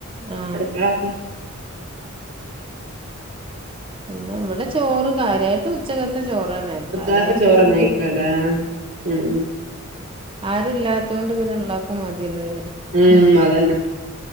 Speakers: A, on the right (about 25°); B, on the right (about 65°).
A: ആഹ് ആ
B: അടുക്കളൊക്കെ
A: പിന്നെ ഇവിടെ ചോറ് കാര്യായിട്ട് ഉച്ചക്കത്തെ ചോറ് പ്പവരണേ
B: ഉച്ചക്കത്തെ
A: ഭാരായിട്ട്
B: ചോറന്നയ്ക്കാരം
A: <unintelligible>
B: ആഹ് ഉം
A: ആരും ഇല്ലാത്തുകൊണ്ട് പിന്നെള്ള ക്കും മതിയല്ലേ മ്ഹും
B: ഉം ഉം അതന്നെ